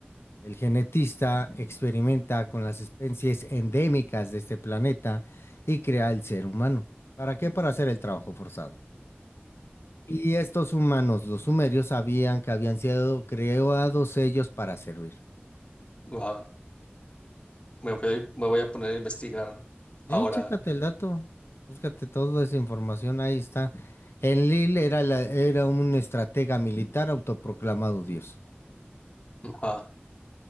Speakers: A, on the left (about 80°); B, on the left (about 30°).
A: El genetista experimenta con las especies endémicas de este planeta y crea el ser humano. ¿Para qué? Para hacer el trabajo forzado. Y estos humanos, los sumerios, sabían que habían sido creados ellos para servir.
B: Wow. Me voy a, ir- me voy a poner a investigar ahora.
A: Eh, chécate el dato, búscate toda esa información, ahí está. Enlil era, la- era un estratega militar autoproclamado dios.
B: Ajá,